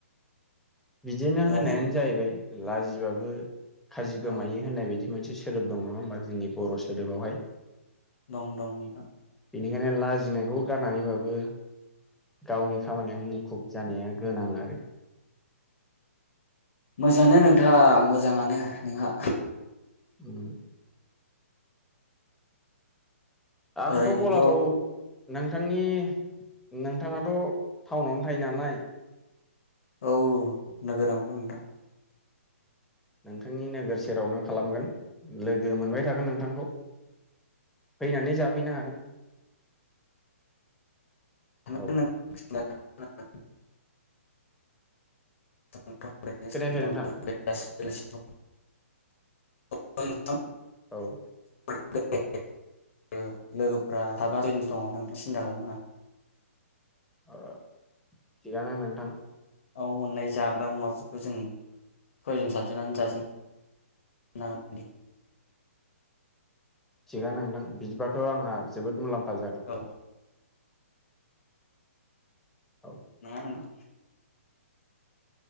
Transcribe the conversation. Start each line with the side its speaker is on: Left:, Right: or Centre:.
Centre: बिदिनो होननायानो
Left: लाजि
Centre: जाहैबाय। लाजिबाबो खाजि
Left: औ
Centre: गोमायो होननाय बायदि मोनसे सोदोब दं नङा होमबा जोंनि बर' सोदोबावहाय?
Left: दं दं नोंथां।
Centre: बेनिखायनो लाजिनायखौ गारनानैबो गावनि खामानियाव मुखुब जानाया गोनां आरो।
Left: मोजाङानो नोंथां मोजाङानो नोंहा।
Centre: उम आंथ'
Left: ओरैनोथ'
Centre: गलाखौ नोंथांनि नोंथाङाथ' थाउनावनो थायो नालाय।
Left: औ नोगोरावनो दं नोंथां।
Centre: नोंथांनि नोगोर सेरावनो खालामगोन लोगो मोनबाय थागोन नोंथांखौ। फैनानै जाफैनो हागोन।
Left: <unintelligible>
Centre: औ
Left: <unintelligible>
Centre: खोनायाखै नोंथां
Left: <inaudible>
Centre: औ
Left: <unintelligible> ओ लोगोफोरा साबा सयजनसो दङ नोंथाङा सिन्था खालाम नाङा।
Centre: ओ थिगानो नोंथां।
Left: आव मोननाय जाग्रा मुवाफोरखौ जों सयजोन साथजोन आनो जा <unintelligible>
Centre: थिगानो नोंथां बिदिबाथ' आंहा जोबोद मुलाम फा जागोन।
Left: औ
Centre: औ
Left: नोङा नोंथां।